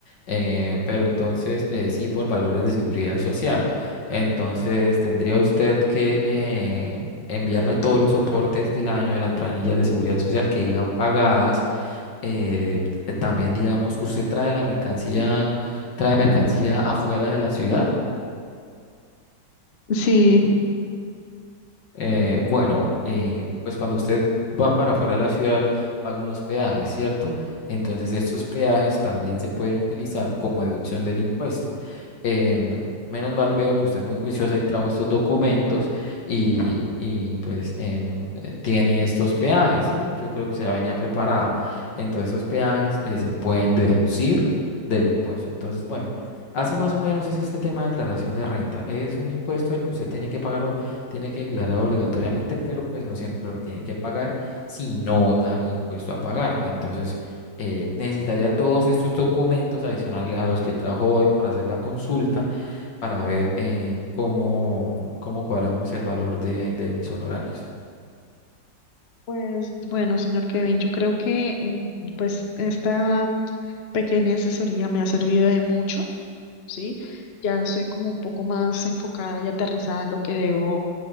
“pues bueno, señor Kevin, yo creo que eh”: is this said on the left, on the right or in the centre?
Left